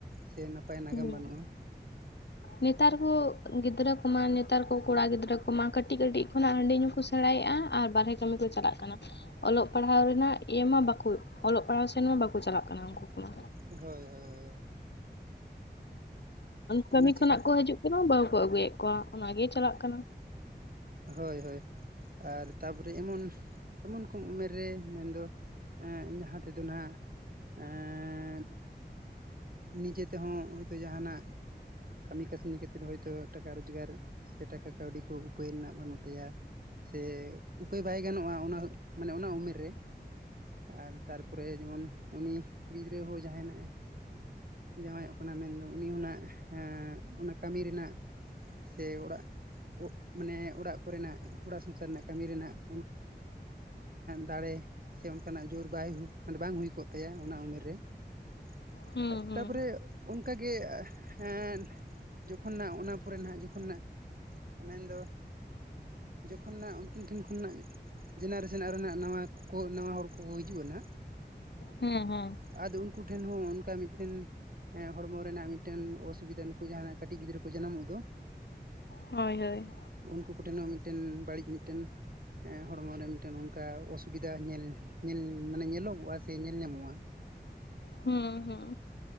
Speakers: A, on the right; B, on the left.
A: ᱥᱮ ᱱᱟᱯᱟᱭ ᱱᱟᱜᱟᱢ
B: ᱦᱮᱸ
A: ᱵᱟᱹᱱᱩᱜᱼᱟ <inaudible>
B: ᱱᱮᱛᱟᱨ ᱠᱚ ᱜᱤᱫᱽᱨᱟᱹ ᱠᱚᱢᱟ, ᱱᱮᱛᱟᱨ ᱠᱚ ᱠᱚᱲᱟ ᱜᱤᱫᱽᱨᱟᱹ ᱠᱚᱢᱟ ᱠᱟᱹᱴᱤᱡ- ᱠᱟᱹᱴᱤᱡ ᱠᱷᱚᱱᱟᱜ ᱦᱟᱺᱰᱤ ᱧᱩᱼᱼ ᱠᱚ ᱥᱮᱬᱟ ᱭᱮᱫᱼᱟ ᱟᱨ ᱵᱟᱨᱦᱮ ᱠᱟᱹᱢᱤ ᱠᱚ ᱪᱟᱞᱟᱜ ᱠᱟᱱᱟ᱾ ᱚᱞᱚᱜ ᱯᱟᱲᱦᱟᱣ ᱨᱮᱱᱟᱜ ᱤᱭᱟᱹ ᱢᱟ ᱵᱟᱠᱚ, ᱚᱞᱚᱜ ᱯᱟᱲᱦᱟᱣ ᱥᱮᱱ ᱢᱟ ᱵᱟᱠᱚ ᱪᱟᱞᱟᱜ ᱠᱟᱱᱟ ᱩᱱᱠᱩ ᱠᱚᱢᱟ᱾
A: ᱦᱚᱭ ᱦᱚᱭ ᱦᱚᱭ ᱾ ᱚᱱᱟ
B: ᱠᱟᱹᱢᱤ
A: ᱪᱤᱠᱟᱹ
B: ᱠᱷᱚᱱᱟᱜ ᱠᱚ ᱦᱟᱹᱤᱡᱩᱜ ᱠᱟᱱᱟ ᱵᱟᱹᱦᱩ ᱠᱚ ᱟᱹᱜᱩᱭᱮᱫ ᱠᱚᱣᱟ ᱚᱱᱟ ᱜᱮ ᱪᱟᱞᱟᱜ ᱠᱟᱱᱟ᱾
A: ᱦᱚᱭ ᱦᱚᱭ ᱟᱨ ᱛᱟᱨᱯᱚᱨᱮ ᱮᱢᱚᱱ ᱮᱢᱚᱱ ᱠᱚᱢ ᱩᱢᱮᱨ ᱨᱮ ᱢᱮᱱᱫᱚ <unintelligible> ᱡᱟᱦᱟᱸ ᱛᱮᱫᱚ ᱱᱟᱜ ᱮᱸᱻ ᱱᱤᱡᱮ ᱛᱮᱦᱚᱸ ᱦᱚᱭ ᱛᱚ ᱡᱟᱦᱟᱱᱟᱜ ᱠᱟᱹᱢᱤ ᱠᱟᱹᱥᱱᱤ ᱠᱟᱛᱮᱫ ᱦᱚᱚᱭ ᱛᱚ ᱴᱟᱠᱟ ᱨᱚᱡᱽᱜᱟᱨ ᱥᱮ ᱴᱟᱠᱟ ᱠᱟᱹᱣᱰᱤ ᱠᱚ ᱩᱯᱟᱹᱭ ᱨᱮᱱᱟᱜ ᱵᱟᱹᱱᱩᱜ ᱛᱟᱭᱟ ᱥᱮ ᱩᱯᱟᱹᱭ ᱵᱟᱭ ᱜᱟᱱᱚᱜᱼᱟ ᱚᱱᱟ ᱢᱟᱱᱮ ᱚᱱᱟ ᱩᱢᱮᱨ ᱨᱮ ᱟᱨ ᱛᱟᱨᱯᱚᱨᱮ ᱡᱮᱢᱚᱱ ᱩᱱᱤ ᱠᱩᱲᱤ ᱜᱤᱫᱽᱨᱟᱹ ᱦᱚᱸ ᱡᱟᱦᱟᱸᱭ ᱦᱮᱱᱟᱜᱼ ᱡᱟᱶᱟᱭᱚᱜ ᱠᱟᱱᱟ ᱢᱮᱱᱫᱚ ᱩᱱᱤ ᱦᱩᱱᱟᱜ ᱚᱱᱟ ᱠᱟᱹᱢᱤ ᱨᱮᱱᱟᱜ <unintelligible> ᱥᱮ ᱚᱲᱟᱜ ᱢᱟᱱᱮ ᱚᱲᱟᱜ ᱠᱚᱨᱮᱱᱟᱜ ᱚᱲᱟᱜ ᱥᱚᱝᱥᱟᱨ ᱨᱮᱱᱟᱜ ᱠᱟᱹᱢᱤ ᱨᱮᱱᱟᱜ <unintelligible> ᱚᱱᱠᱟ ᱫᱟᱲᱮ ᱥᱮ ᱚᱱᱠᱟᱱᱟᱜ ᱡᱳᱨ ᱵᱟᱭ ᱢᱟᱱᱮ ᱵᱟᱝ ᱦᱩᱭ ᱠᱚᱜ ᱛᱟᱭᱟ ᱚᱱᱟ ᱩᱢᱮᱨ ᱨᱮ <unintelligible>
B: ᱦᱩᱸ ᱦᱩᱸ
A: ᱛᱟᱯᱚᱨᱮ ᱚᱱᱠᱟᱜ ᱜᱮ <unintelligible> ᱡᱚᱠᱷᱚᱱ ᱱᱟ ᱚᱱᱟ ᱯᱚᱨᱮ ᱱᱟᱦᱟᱜ ᱡᱚᱠᱷᱚᱱ ᱱᱟᱜ ᱢᱮᱱᱫᱚ ᱡᱚᱠᱷᱚᱱ ᱱᱟᱜ ᱩᱱᱠᱤᱱ ᱴᱷᱮᱱ ᱠᱷᱚᱱᱟᱜ ᱡᱮᱱᱟᱨᱮᱥᱮᱱ ᱟᱨᱚ ᱨᱮᱱᱟᱜ ᱱᱟᱣᱟ ᱠᱚ ᱱᱟᱣᱟ ᱦᱚᱲ ᱠᱚᱠᱚ ᱦᱤᱡᱩᱜ ᱟᱱᱟ
B: ᱦᱮᱸ ᱦᱮᱸ
A: ᱟᱫᱚ ᱩᱱᱠᱩ ᱴᱷᱮᱱ ᱦᱚᱸ ᱚᱱᱠᱟ ᱢᱤᱫᱴᱮᱱ ᱦᱮᱸ ᱦᱚᱲᱢᱚ ᱨᱮᱱᱟᱜ ᱢᱤᱫᱴᱮᱱ ᱚᱥᱩᱵᱤᱫᱟ ᱱᱩᱠᱩ ᱡᱟᱦᱟ ᱠᱟᱹᱴᱤᱡ ᱜᱤᱫᱽᱨᱟᱹ ᱠᱚ ᱡᱟᱱᱟᱢᱚᱜ ᱫᱚ,
B: ᱦᱳᱭ ᱦᱳᱭ
A: ᱩᱱᱠᱩ ᱠᱚᱴᱷᱮᱱ ᱦᱚᱸ ᱢᱤᱫᱴᱮᱱ ᱵᱟᱹᱲᱤᱡ ᱢᱤᱫᱴᱮᱱ ᱦᱚᱲᱢᱚ ᱨᱮ ᱢᱤᱫᱴᱮᱱ ᱚᱱᱠᱟ ᱚᱥᱩᱵᱤᱫᱟ ᱧᱮᱞ ᱧᱮᱞ ᱢᱟᱱᱮ ᱧᱮᱞᱚᱜᱚᱜᱼᱟ ᱥᱮ ᱧᱮᱞ ᱧᱟᱢᱚᱜᱼᱟ᱾
B: ᱦᱩᱸ ᱦᱩᱸ